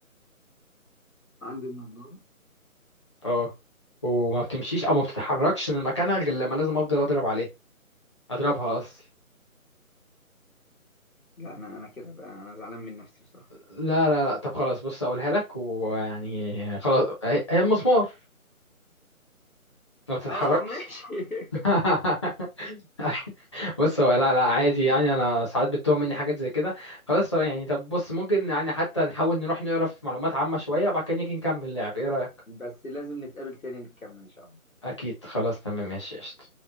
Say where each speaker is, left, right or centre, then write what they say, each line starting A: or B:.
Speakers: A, on the left; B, on the left.
A: عندي النضارة
B: اه وما بتمشيش او ما بتتحركش من مكانها غير لما لازم افضل اضرب عليه اضربها قصدي
A: لا أنا أنا كده أنا زعلان من نفسي بصراحة
B: لا لا لا طب خلاص بص اقولها لك ويعني خلاص هي هي المسمار ما بتتحركش
A: آه ماشي <laughs>
B: <laughs> <laughs> بص هو لا لا عادي يعني انا ساعات بتتوه مني حاجات زي كده خلاص طب يعني طب بص ممكن يعني حتى نحاول نروح نقرا في معلومات عامة شوية وبعد كده نيجي نكمل اللعب ايه رأيك
A: بس لازم نتقابل تاني نكمل إن شاء الله
B: اكيد خلاص تمام ماشي قشطة